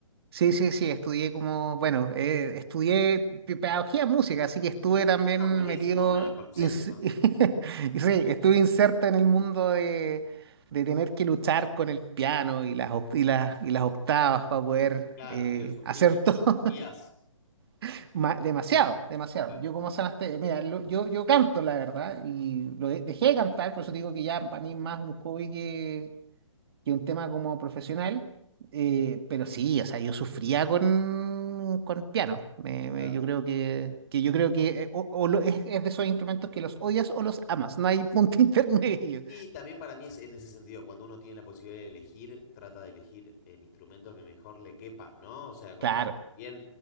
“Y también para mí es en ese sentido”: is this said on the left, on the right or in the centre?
Left